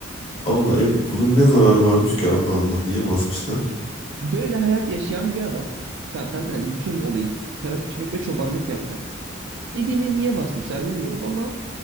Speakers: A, on the left (about 30°); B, on the right (about 60°).
A: Allah e, bunun ne zararı varmış ki Allah Allah niye basmışlar?
B: Böyle hayat yaşayan bir adam zaten hani bütün olayı şarap içmek ve çobanlık yapmak. Evini niye basmışlar bilmiyorum ama